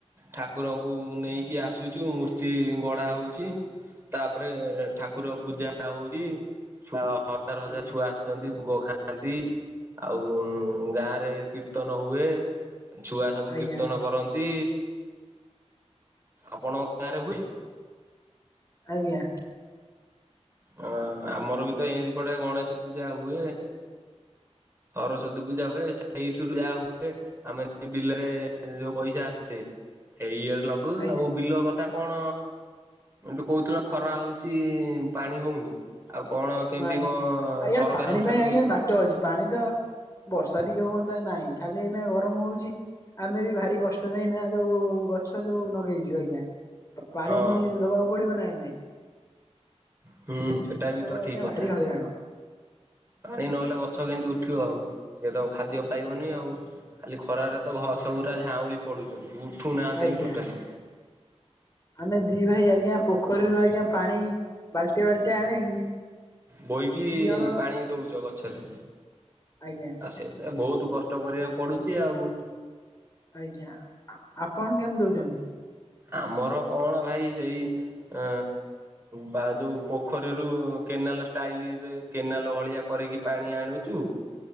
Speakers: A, on the right (about 20°); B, on the left (about 30°).
A: ଠାକୁରଙ୍କୁ ନେଇକି ଆସୁଛୁ ମୂର୍ତ୍ତି ଗଡା ହଉଛି। ତାପରେ ଠାକୁର ପୂଜା ହଉଛି ଛୁଆ ହଜାର ହଜାର
B: ଆଜ୍ଞା
A: ଛୁଆ ଆସଛନ୍ତି। ଭୋଗ ଖାଆନ୍ତି ଆଉ ଗାଁ ରେ କୀର୍ତ୍ତନ ହୁଏ। ଛୁଆ ସବୁ
B: ଆଜ୍ଞା
A: କୀର୍ତ୍ତନ କରନ୍ତି। ଆପଣଙ୍କ ଗାଁରେ ହୁଏ?
B: ଆଜ୍ଞା।
A: ହଁ ଆମର ବି ତ ଏମିତି ପଟେ ଗଣେଶ ପୂଜା ହୁଏ। ସରସ୍ଵତୀ ପୂଜା ହୁଏ ସେଇଠରୁ ଯାହା ହୁଏ ଆମେ ବିଲରେ ଯୋଉ ପଇସା ଆସେ ସେଇ ଲଗୁ
B: ଆଜ୍ଞା
A: ଆଉ ବିଲ କଥା କଣ ଏଠୁ କହୁଥିଲ ଖରା ହଉଛି। ପାଣି ହଉନି ଆଉ କଣ କେମିତି
B: ନାଇଁ,
A: କଣ
B: ଆଜ୍ଞା
A: ସରକାରଙ୍କ
B: ପାଣି ପାଇଁ
A: ଠାରୁ
B: ଆଜ୍ଞା ବାଟ ଅଛି ପାଣି ତ ବର୍ଷା ଟିକେ ହୁଅନ୍ତା ନାଇଁ ଖାଲି ଏ ଗରମ ହଉଛି। ଆମେ ବି ଭାରି କଷ୍ଟ ନା ନା ଯୋଉ ଗଛ ଯୋଉ ଲଗେଇଛୁ ଆଜ୍ଞା ପାଣି
A: ହଁ
B: ଫାଣି ଦବାକୁ ପଡିବ ନା ନାଇଁ।
A: ହୁଁ ସେଟା
B: ପାଣି
A: ବି
B: ଦବା
A: ତ
B: ଆଜ୍ଞା
A: ଠିକ କଥା
B: ଭାରି ହଇରାଣ
A: ପାଣି ନହେଲେ ଗଛ କେମତି ଉଠିବ ଆଉ ସେ ତ ଖାଦ୍ୟ ପାଇବନି ଆଉ, ଖାଲି ଖରାରେ ତ ଘସା ଝାଉଁଳି ପଡୁଛନ୍ତି, ଉଠୁନାହାନ୍ତି
B: ଆଜ୍ଞା।
A: ଟୋଟାଲି।
B: ଆମେ ଦି ଭାଇ ଆଜ୍ଞା ପୋଖରୀରୁ ଆଜ୍ଞା ପାଣି ବାଲ୍ଟିଆ ବାଲ୍ଟି ଆଣିକି
A: ବୋହିକି
B: ଦି ଜଣ
A: ପାଣି ଦଉଛ ଗଛରେ,
B: ଆଜ୍ଞା
A: ଆ ସେ ବହୁତ <unintelligible> କଷ୍ଟ କରିବାକୁ ପଡ଼ୁଛି ଆଉ।
B: ଆଜ୍ଞା ଆପଣ କେମିତି ଦଉଛନ୍ତି?
A: ଆମର କଣ ଭାଇ ସେଇ ଅ ବା ଯୋଉ ପୋଖରୀରୁ କେନାଲ ଷ୍ଟାଇଲ ରେ କେନାଲ ଭଳିଆ କରିକି ପାଣି ଆଣୁଛୁ।